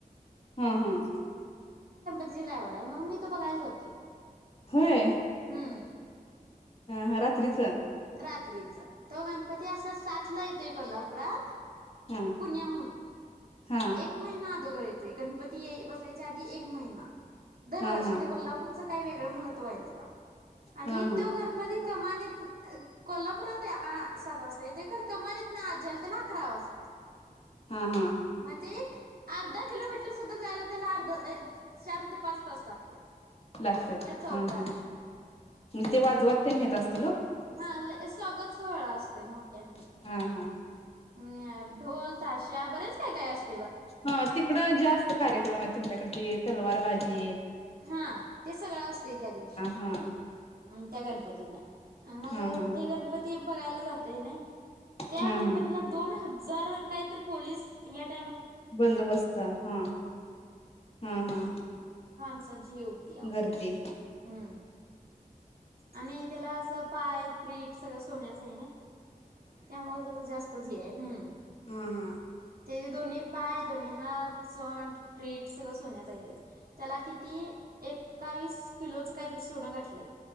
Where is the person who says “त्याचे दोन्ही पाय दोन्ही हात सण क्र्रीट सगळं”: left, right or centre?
Right